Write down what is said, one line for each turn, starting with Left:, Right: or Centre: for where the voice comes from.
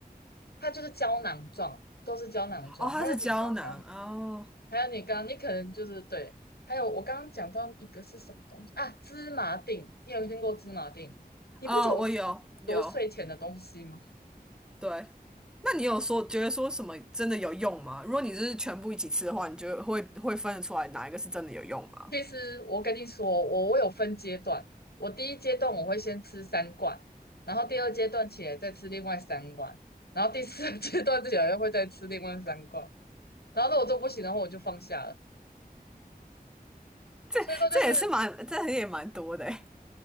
Left: 它就是胶囊状，都是胶囊状。
Centre: 哦，它是胶囊哦。
Left: 还有你刚刚，还有你刚刚，你可能就是对，还有我刚刚讲到一个是什么东西啊？芝麻锭，你有听过芝麻锭？你不觉得我吃很多睡前的东西吗？
Centre: 哦，我有有，对。那你有说觉得说什么真的有用吗？如果你是全部一起吃的话，你就会会分得出来哪一个是真的有用吗？
Left: 其实我跟你说，我我有分阶段，我第一阶段我会先吃三罐，然后第二阶段起来再吃另外三罐，然后第四阶段起来会再吃另外三罐，然后如果都不行的话，我就放下了。
Centre: 这这也是蛮，
Left: 所以说就是，
Centre: 这也蛮多的欸。